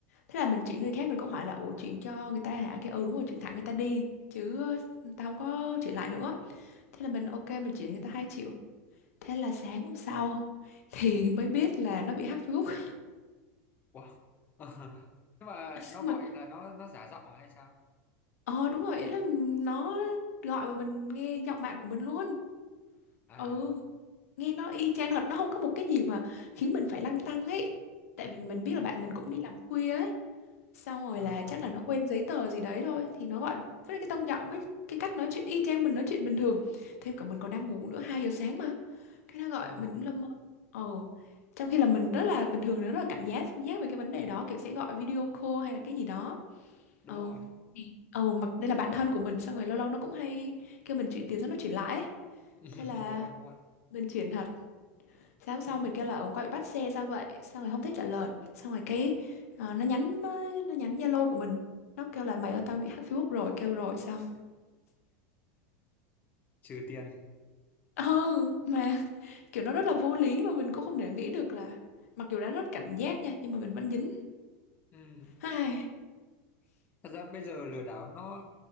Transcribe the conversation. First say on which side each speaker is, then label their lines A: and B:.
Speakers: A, on the left (about 90°); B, on the left (about 25°).
A: thế là mình chuyển người khác mình cũng hỏi là ủa chuyển cho người ta hả cái ừ đúng rồi chuyển thẳng người ta đi chứ ờ, tao không có chuyển lại nữa thế là mình ok mình chuyển người ta hai triệu Thế là sáng hôm sau thì mới biết là nó bị hack Facebook.
B: wow. <laughs> Nhưng mà
A: <laughs>
B: nó
A: Mà
B: gọi là nó nó giả giọng à hay sao?
A: ờ đúng rồi, ý là nó gọi mà mình nghe giọng bạn của mình luôn.
B: À,
A: Ừ, nghe nó y chang thật, nó không có một cái gì mà khiến mình phải lăn tăn ấy. Tại vì mình biết là
B: ừm,
A: bạn mình cũng đi làm khuya ấy. xong rồi
B: ờ,
A: là chắc là nó quên giấy tờ gì đấy thôi thì nó gọi với cái tông giọng với cái cách nói chuyện y chang mình nói chuyện bình thường thêm cả mình còn đang ngủ nữa 2 giờ sáng mà cái nó gọi
B: ờ,
A: mình cũng lâm mơ ờ trong khi là mình rất là bình thường nó rất là cảnh giác cảnh giác về cái vấn đề đó kiểu sẽ gọi video call hay là cái gì đó
B: đúng
A: ờ
B: rồi.
A: thì ờ mặc đây là bạn thân của mình xong rồi lâu lâu nó cũng hay kêu mình chuyển tiền xong nó chuyển lại ấy.
B: <laughs>
A: thế là
B: Đúng rồi, đúng rồi.
A: mình chuyển thật Sáng hôm sau
B: Ừ.
A: mình kêu là ông quay bị bắt xe sao vậy? Xong rồi không thích trả lời. Xong rồi cái ờ, nó nhắn nó nhắn Zalo của mình. Nó kêu là mày ơi tao bị hack Facebook rồi, kêu rồi sao?
B: trừ tiền
A: Ừ, mà kiểu nó rất là vô lý mà mình cũng không thể nghĩ được là mặc dù đã rất cảnh giác nha nhưng mà mình vẫn dính.
B: ừ.
A: Ai,
B: thật ra bây giờ lừa đảo nó